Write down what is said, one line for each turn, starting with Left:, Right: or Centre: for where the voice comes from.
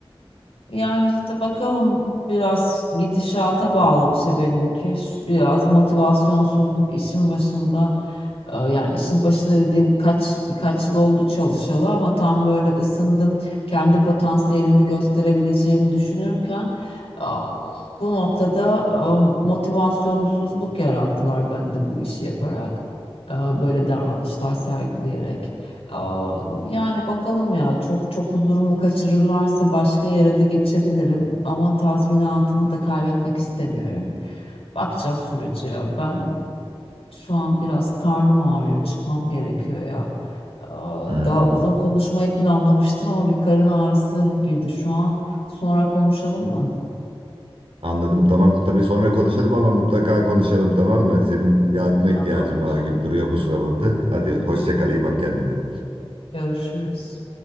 Left: Yani işte bakalım biraz gidişata bağlı bir şey benimki. Şu Biraz motivasyonsuzluk işin başında. Ee, Yani işin başında dediğim kaç birkaç yıl oldu çalışalı ama tam böyle ısındım. Kendi potansiyelimi gösterebileceğimi düşünürken ah, bu noktada ah, motivasyonsuzluk yarattılar bende bu işi yaparak. Ah, Böyle davranışlar sergileyerek. Aa, Yani bakalım ya çok çok huzurumu kaçırırlarsa başka yere de geçebilirim ama tazminatımı da kaybetmek istemiyorum. Bakacağız sürece ya. Ben şu an biraz karnım ağrıyor, çıkmam gerekiyor ya. Aa,
Right: Hmm,
Left: Daha uzun konuşmayı planlamıştım ama bir karın ağrısı girdi şu an. Sonra konuşalım mı?
Right: anladım tamam. Tabii sonra konuşalım ama mutlaka konuşalım tamam mı? Senin yardıma ihtiyacın
Left: Tamamdır.
Right: var gibi duruyor bu sıralarda. Hadi hoşça kal iyi bak kendine.
Left: Görüşürüz.